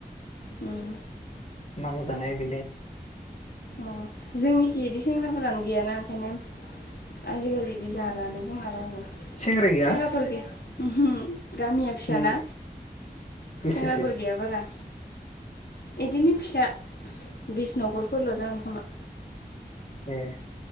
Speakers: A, on the left (about 85°); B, on the left (about 45°).
A: उम
B: मागुर जानाया <unintelligible>
A: अ जोंनिखि इदि सेंग्राफोरानो गैयाना ओंखायनो आजिखालि इदि जालानो खोमा रावबो
B: सेंग्रा गैया
A: सेंग्राफोर गैया ओमहो गामिया फिसा
B: नों
A: ना
B: बेसेसो
A: सेंग्राफोर गैया बारा इदिनो फिसा बिस नखरफोरल जागोन खोमा
B: ए